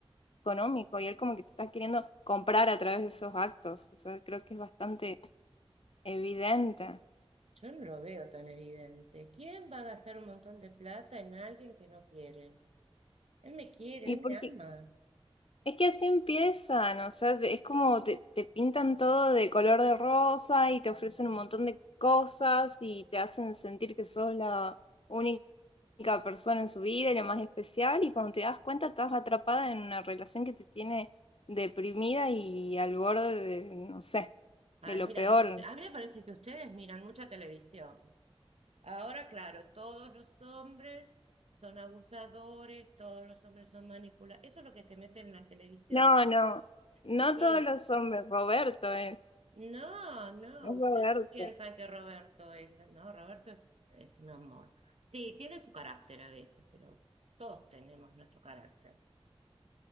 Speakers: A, on the left (about 65°); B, on the right (about 90°).
A: económico y él como que te está queriendo comprar a través de esos actos. O sea, creo que es bastante Evidente.
B: Yo no lo veo tan evidente. ¿Quién va a gastar un montón de plata en alguien que no quiere? Él me quiere,
A: Y
B: él
A: porque
B: me ama.
A: es que así empiezan, o sea, es como te, te pintan todo de color de rosa y te ofrecen un montón de cosas y te hacen sentir que sos la única persona en su vida y la más especial y cuando te das cuenta estás atrapada en una relación que te tiene deprimida y al borde de, no sé,
B: Ay,
A: de lo
B: mira,
A: peor.
B: a mí me parece que ustedes miran mucha televisión. Ahora, claro, todos los hombres son abusadores, todos los hombres son manipuladores. Eso es lo que te meten en la televisión.
A: No, no, no
B: Sí,
A: todos los hombres, Roberto es,
B: no, no,
A: es
B: ustedes
A: Roberto.
B: piensan que Roberto es, no, Roberto es, es un amor. Sí, tiene su carácter a veces, pero todos tenemos nuestro carácter.